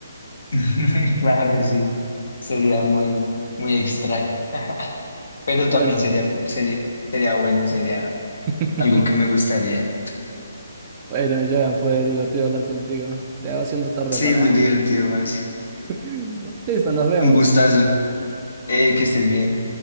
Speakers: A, on the left; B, on the right.
A: <laughs> Claro, sí, sería muy, muy extraño, pero
B: Bueno,
A: también sería, sería, sería bueno, sería
B: <laughs>
A: Algo que me gustaría.
B: bueno, ya fue divertido hablar contigo. Se va haciendo tarde
A: Sí,
B: para...
A: muy divertido, Marce.
B: <laughs> Listo, nos vemos.
A: Un gustazo. Eh, que estés bien.